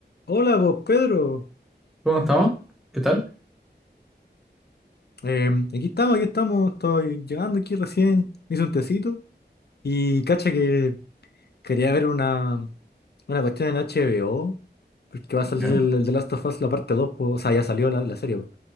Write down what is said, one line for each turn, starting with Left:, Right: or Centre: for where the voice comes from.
Left: Hola, vos Pedro.
Centre: ¿Cómo estamos? ¿Qué tal?
Left: Em, aquí estamos, aquí estamos. Estoy llegando aquí recién. Me hice un tecito. Y cacha que quería ver una, una cuestión en HBO. Porque va a salir
Centre: Ya,
Left: el, el The Last of Us la parte 2, po. o sea, ya salió la, la serie. po.